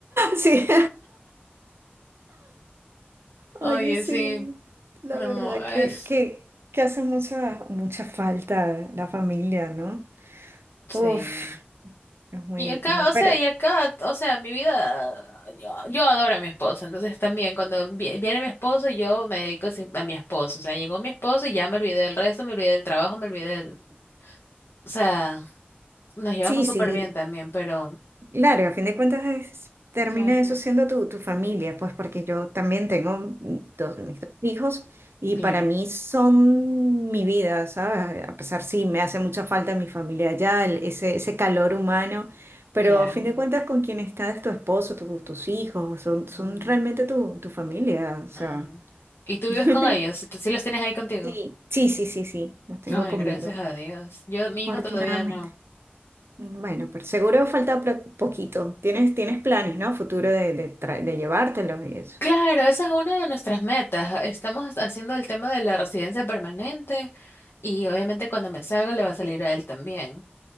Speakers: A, on the right; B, on the left.
A: Sí.
B: oye,
A: Oye, sí.
B: sí,
A: La
B: no
A: verdad
B: es,
A: que, que, que hace mucha, mucha falta la familia, ¿no?
B: sí.
A: Uf, es muy,
B: Y acá,
A: es muy...
B: o
A: Pero,
B: sea, y acá, o sea, mi vida, yo, yo adoro a mi esposo, entonces también cuando vi- viene mi esposo, yo me dedico sin- a mi esposo, o sea, llegó mi esposo y ya me olvidé del resto, me olvidé del trabajo, me olvidé, del- o sea, nos llevamos
A: sí,
B: súper
A: sí.
B: bien también, pero...
A: Claro, a fin de cuentas es- termina
B: Claro,
A: eso siendo tu, tu familia, pues porque yo también tengo dos, mis dos hijos y
B: claro,
A: para mí son mi vida, ¿sabes? A pesar, sí, me hace mucha falta mi familia allá, el- ese, ese calor humano, pero
B: claro.
A: a fin de cuentas con quien estás, tu esposo, tu- tus hijos, son, son
B: ujú,
A: realmente tu, tu familia, o sea.
B: ajá. ¿Y tú
A: <laughs>
B: vives con ellos? ¿Tú ¿Sí los tienes ahí contigo?
A: Sí, sí, sí, sí, sí, los tengo
B: Ay,
A: conmigo,
B: gracias a Dios. Yo, mi
A: afortunadamente.
B: hijo todavía no.
A: Bueno, pero seguro falta pro- poquito. Tienes, tienes planes, ¿no? Futuro de, de, tra- de llevártelos y eso.
B: Claro, esa es una de nuestras metas. ah, Estamos haciendo el tema de la residencia permanente y obviamente cuando me salga le va a salir a él también.